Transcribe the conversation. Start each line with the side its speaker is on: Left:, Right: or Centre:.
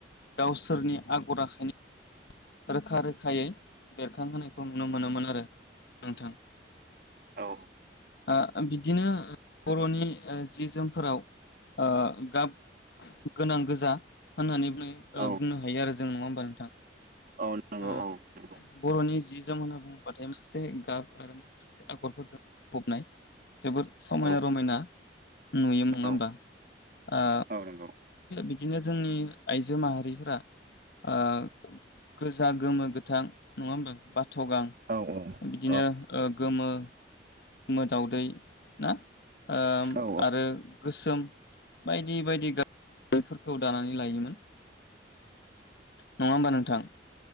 Left: गावसोरनि आगर आखाइनि रोखा रोखायै बेरखांहोनाय खौ नुनो मोनोमोन आरो नोंथां
Right: औ
Left: ओ बिदिनो बर'नि ओ जि जोमफोराव ओ गाब गोनां गोजा होननानै ओ
Right: नंगौ
Left: बुंनो हायो आरो जों नङा होमबा नोंथां
Right: औ
Left: ओ
Right: नंगौ
Left: बर'नि जि जोम होनना बुंबाथाय माखासे गाब आरो माखासे आगरफोरजों बुंफबनाय जोबोद समायना
Right: औ
Left: रमायना नुयो नङा होमबा
Right: औ
Left: आ
Right: औ नंगौ
Left: बिदिनो जोंनि आइजो माहारिफोरा ओ गोजा गोमो गोथां नङा होमबा बाथ गां
Right: औ औ
Left: बिदिनो ओ गोमो गोमो दावदै ना ओ
Right: औ
Left: आरो गोसोम बायदि बायदि गाबफोरखौ दानानै लायोमोन नङा होमबा नोंथां